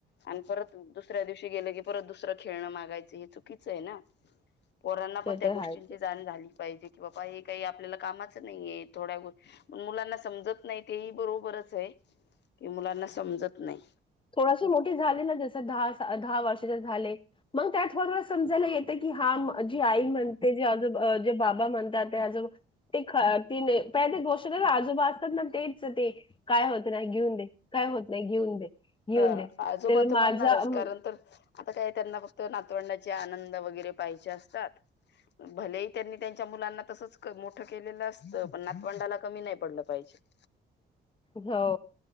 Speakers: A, on the left; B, on the left.
A: आणि परत दुसऱ्या दिवशी गेलं की, परत दुसरं खेळणं मागायचं. हे चुकीचं आहे ना? पोरांना
B: ते
A: पण, त्या
B: तर
A: गोष्टींची
B: आहेच
A: जाण झाली पाहिजे, की बाबा हे काही आपल्याला कामाच नाहीये. थोड्या ग पण मुलांना समजत नाही. तेही बरोबरच आहे. की, मुलांना समजत नाही.
B: थोडशी मोठी झाली ना. जसं दहा दहा वर्षा ज झाले. मग, त्यात थोडं थोडं समजायला येते की, हा जी आई म्हणते, जी अज जे बाबा म्हणतात, ते अज ते ख ती नाही. प ते गोष्ट आजोबा असतात ना. तेच ते. काय होत नाही घेऊन दे, काय होत नाही घेऊन दे. घेऊन
A: हा
B: दे
A: आजोबा
B: ते
A: तुम्हणणारच
B: माझ्या अम,
A: कारण तर आता काय त्यांना फक्त नातवंडाचे आनंद वगैरे पाहिचेे असतात. भलेही त्यांनी त्यांच्या मुलांना तसच मोठं केलेलं असतं पण नातवंडाला कमी नाही पडलं पाहिजे. <inaudible>
B: हो